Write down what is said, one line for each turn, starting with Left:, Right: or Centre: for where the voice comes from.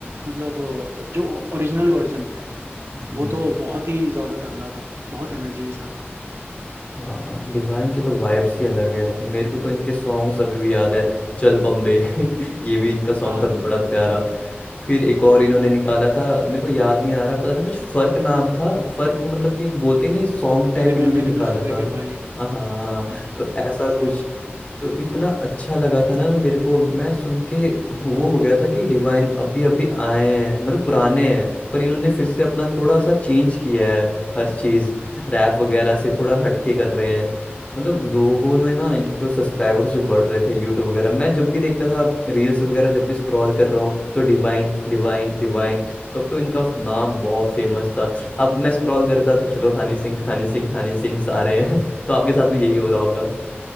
Right: मतलब अ, जो ओरिजिनल वर्जन है
Left: हम्म
Right: वो तो बहुत ही ज्यादा तगड़ा था बहुत एनर्जी के साथ
Left: हाँ डिवाइन के तो वाइब्स ही अलग है मेरे को तो इनके सॉन्ग्स अभी भी याद है चल बम्बे <laughs> ये भी इनका सॉन्ग
Right: हाँ
Left: था बड़ा प्यारा फिर एक और इन्होंने निकाला था मेरे को याद नहीं आ रहा पता नहीं कुछ फर्क नाम था फर्क मतलब कि एक बोलते नहीं सॉन्ग टाइप
Right: तेरे में
Left: इन्होंने
Right: मेरे
Left: निकाला
Right: में फर्क
Left: था
Right: है भाई
Left: हाँ
Right: हाँ
Left: तो ऐसा
Right: ऐसा
Left: कुछ
Right: बोल के
Left: तो इतना अच्छा लगा था ना मेरे को मैं सुन के वो हो गया था कि डिवाइन अभी अभी आए हैं मतलब पुराने हैं पर इन्होंने फिर से अपना थोड़ा सा चेंज किया है हर चीज रैप वगैरह से थोड़ा हटके कर रहे हैं मतलब लोगों ने ना इनके सब्सक्राइबर्स जो बढ़ रहे थे यूट्यूब वगैरह मैं जब भी देखता था रील्स वगैरह जब भी स्क्रॉल कर रहा हूँ तो डिवाइन डिवाइन डिवाइन तब तो इनका नाम बहुत फेमस था अब मैं स्क्रॉल करता तो चलो हनी सिंह हनी सिंह हनी सिंह सारे हैं <laughs> तो आपके साथ भी यही
Right: हम्म
Left: हो रहा होगा